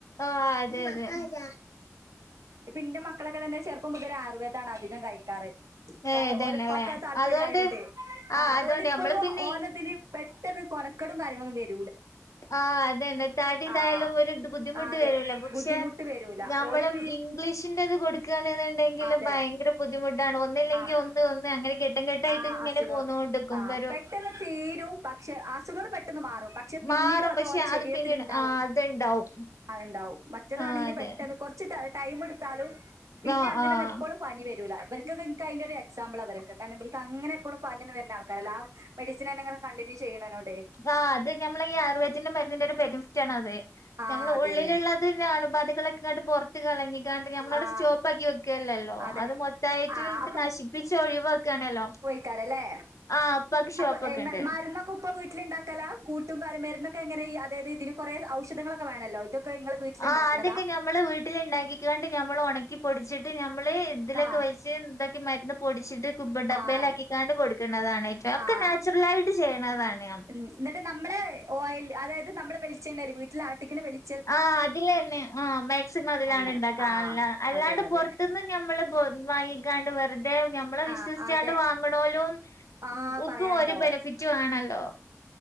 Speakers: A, on the left; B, on the right.
A: ആഹ് അതെ അതെ
B: ഇപ്പ ഇന്റെ മക്കളൊക്കെ തന്നെ ചെ ർപ്പം മുതലെ ആയുർവേദാണ് അധികം കഴിക്കാറ്
A: ഏ
B: കാരണം
A: ഇതന്നെല്ലേ
B: ഓരപ്പാക്ക് ആ താല്പര്യ
A: അതുകൊണ്ട്
B: ആയോണ്ടേ
A: ആ
B: ആഹ് അതോണ്ട്
A: അതുകൊണ്ട്
B: ഇപ്പളും
A: നമ്മള് പിന്നെ
B: ഓലതില് പെട്ടെന്ന് കൊണക്കെടും കാര്യങ്ങളൊന്നും വരി
A: ആഹ് അതെന്നെ തടി ഇതായാലും
B: ആഹ്
A: ഒരു ബുദ്ധിമുട്ട്
B: ആഹ് അതെ
A: വരില്ല പക്ഷെ-
B: ബുദ്ധിമുട്ട് വരൂല
A: നമ്മള്
B: ഓൽക്ക്
A: ഇംഗ്ലീഷിന്റേത് കൊടുക്കാ ണെന്നുണ്ടെങ്കില്
B: അതെ
A: ഭയങ്കര ബുദ്ധിമുട്ടാണ് ഒന്നില്ലെങ്കി
B: ആഹ്
A: ഒന്ന് ഒന്ന് അങ്ങനെ ഘ ട്ടം ഘട്ടായിട്ട്
B: ആ
A: ഇങ്ങനെ
B: അസുഖങ്ങൾ
A: പോന്നോ ണ്ടിക്കും
B: ആ
A: വരും
B: പെട്ടെന്ന് തീരും പക്ഷെ അസുഖങ്ങള് പെട്ടെന്ന് മാറും പക്ഷെ പിന്നീടും
A: മാറും
B: അത്
A: പക്ഷെ
B: ഓലെ ശരീരത്തിലിണ്ടാവും
A: പിന്നീട് ആ അത്ണ്ടാവും
B: അഹ്ണ്ടാവും മറ്റെതാണെങ്കിൽ
A: ആ അതെ
B: പെട്ടെന്ന് കൊറച്ച് ടാ ടൈം എടുത്താലും പിന്നെ
A: ആ
B: അങ്ങനെന്ന
A: ആ
B: എപ്പോളും പനി വരൂല ഇവർക്കൊക്കെ ഇൻക്ക് അയിനൊരു എക്സാമ്പിള വരൊക്കെ കാരണം ഇവൽക്ക് അങ്ങനെ എപ്പോളും പനി ഒന്നും വരുന്ന ആൾക്കാരല്ല ആഹ് മെഡ്സിൻ തന്നങ്ങനെ കണ്ടിന്യൂ ചെയ്യണനോടെ
A: ആഹ് അത് നമ്മളെ ഈ ആയുർവേദത്തിന്റെ മരുന്നിന്റെ ഒരു ബെനിഫിറ്റാണ് അത്
B: ആ
A: നമ്മള്
B: അതന്നെ
A: ഉള്ളിലുള്ള ത് പിന്നെ അണുബാധകളൊക്കെ ഇങ്ങട്ട് പൊറത്ത് കളഞ്ഞി ക്കാണ്ട് നമ്മളവിടെ
B: ആ
A: സ്റ്റോപ്പാക്കി വെക്കേല്ലല്ലോ
B: അതെ.
A: അത് മൊത്തായിട്ട്
B: ആഹ്
A: നശിപ്പിച്ച് ഒഴിവാക്കാണല്ലോ
B: ക്കാരല്ലെ
A: ആഹ് ഉപ്പാക്ക് ഷോപ്പൊക്കെ
B: അപ്പൊ
A: ഇണ്ട്
B: മരുന്നൊക്കെ ഉപ്പ വീട്ടില്ണ്ടാ ക്കല കൂട്ട് കാര്യം മരുന്നൊക്കെ എങ്ങനെ അതായത് ഇതിന് കൊ റേ ഔധങ്ങളൊക്കെ വേണല്ലോ ഇതൊക്കെ ഇങ്ങള് വീട്ടില്ണ്ടാക്ക്ണതാ?
A: ആഹ് അതൊക്കെ ഞമ്മള് വീട്ടില് ഇണ്ടാക്കിക്കാണ്ട് ഞമ്മള് ഉണക്കി പൊടിച്ചിട്ട് ഞമ്മള് ഇതിലൊക്കെ
B: ആഹ്
A: വെ ച്ച് ഇതാക്കി മരുന്ന് പൊടിച്ചിട്ട് കുബ് ഡബ്ബേലാക്കിക്കാണ്ട്
B: ആഹ്
A: കൊടുക്കുന്നതാണ് ഇതൊക്കെ
B: ആഹ്
A: നാച്ചുറലായിട്ട് ചെയ്യ്ണതാണ്
B: ഉം ന്നിട്ട് നമ്മളെ ഓയൽ അതായത് നമ്മളെ വെളിച്ചെണ്ണേല് വീട്ടിൽ ആട്ടിക്കണ വെളി
A: ആഹ് അതിലന്നെ ആഹ് മാക്സിമം അതിലാണ്
B: എണ്ണ.
A: ണ്ടാക്ക
B: ആഹ്
A: അല്ല അല്ലാണ്ട്
B: അതെ അതെ.
A: പൊറത്ത്ന്ന്- ഞമ്മള് വാങ്ങിക്കാണ്ട് വെറുതെ ഞമ്മളെ
B: ആഹ്
A: വിശ്വസിച്ചാണ്ട്
B: അതെ.
A: വാങ്ങണോലും-
B: ആഹ്
A: ഉം ഉക്കും
B: പറയാണ്ടോ?
A: ഒരു ബെനിഫിറ്റ് വേണല്ലോ